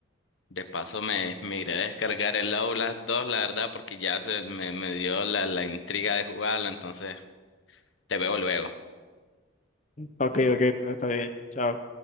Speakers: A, on the left; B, on the left.
A: De paso me, me iré a descargar el Outlast dos la verdad, porque ya se me, me dio la, la intriga de jugarlo, entonces te veo luego.
B: Ok, ok, pero está bien. Chao.